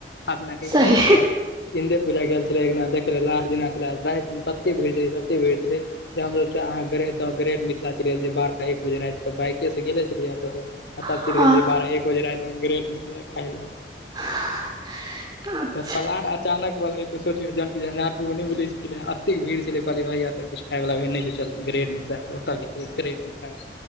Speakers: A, on the left; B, on the right.
A: जेनाक
B: सही
A: इन्द्रे पूजा। इन्दे पूजा गेल छलै एक दना देखै लास्ट दिना छलै राइतमे तत्ते भीड़ छलै तत्ते भीड़ छलै। जे हमसभ छीयेअहाँ ग्रेट के ग्रेट मिथिला छी बारह एक बजे रातिके बाइके से गेले छलियै एत आ तब
B: हँ
A: चइल गेलिय बारह एक बजे राति ग्रेट मिथिला खाय लए।
B: <inaudible>
A: पलान अचानक बनलै तऽ सोचियौ जहनकि झञ्झारपुरमे नहि बुलै छलै अतेक भीड़ छलै कहलियै भाइ तक किछु खाय वला ओह नहि छैय ग्रेट मिथिला ओत ग्रेट मिथिला